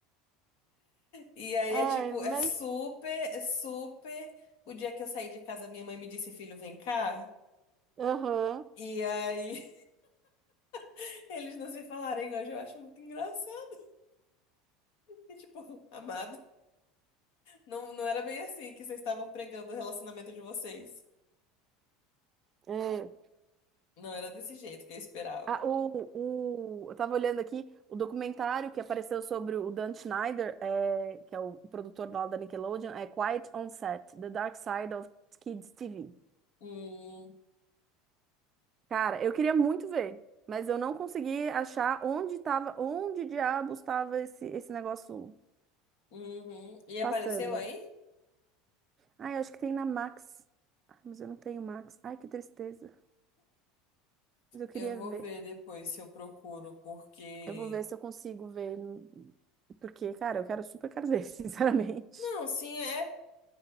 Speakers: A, on the left (about 65°); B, on the right (about 35°).
A: E aí
B: Ai,
A: é tipo,
B: mas.
A: é super, é super. O dia que eu saí de casa, minha mãe me disse, filho, vem cá.
B: Aham.
A: E aí <laughs> eles não se falarem hoje, eu acho muito engraçado. E, tipo, <laughs> amado, não, não era bem assim que vocês estavam pregando o relacionamento de vocês.
B: é.
A: Não era desse jeito que eu esperava.
B: Ah, o, o, eu tava olhando aqui o documentário que apareceu sobre o Dan Schneider, é, que é o produtor lá da Nickelodeon, é Quiet on Set, The Dark Side of Kids TV.
A: Hum,
B: Cara, eu queria muito ver, mas eu não consegui achar onde tava, onde diabos estava esse, esse negócio
A: uhum. E apareceu
B: passando.
A: aí?
B: Ai, acho que tem na Max. Ai, mas eu não tenho Max. Ai, que tristeza. Mas eu queria
A: Eu vou
B: ver.
A: ver depois se eu procuro, porque.
B: Eu vou ver se eu consigo ver. Porque, cara, eu quero super quero ver, <laughs> sinceramente.
A: Não, sim, é.